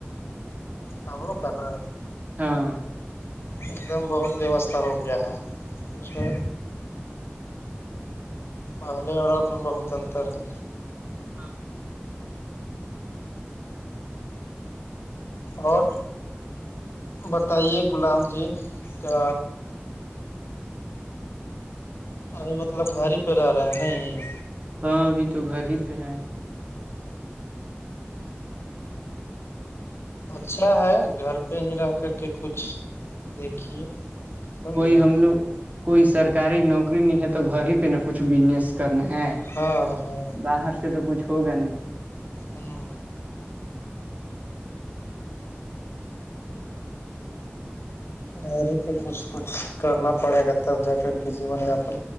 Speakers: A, on the left (about 70°); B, on the right (about 35°).
A: ہم لوگ کا نا
B: ہاں
A: ایک دم بہت ووستھا ہو گیا ہے اس میں پہلے اور اب میں بہت انتر ہے
B: ہاں
A: اور بتائیے غلام جی کا ابھی مطلب گھر ہی پر رہ رہے ہیں نا یہیں
B: ہاں ابھی تو گھر ہی پہ ہیں
A: اچھا ہے گھر پہ ہی رہ کر کے کچھ دیکھیے سمجھے
B: کوئی ہم لوگ کوئی سرکاری نوکری نہیں ہے تو گھر ہی پہ نا کچھ بجنس کرنا ہے
A: ہاں ہاں
B: باہر سے تو کچھ ہوگا نہیں
A: ہاں رہ رہ کے کچھ کچھ کرنا پڑے گا تب جا کر کے جیون یا اپن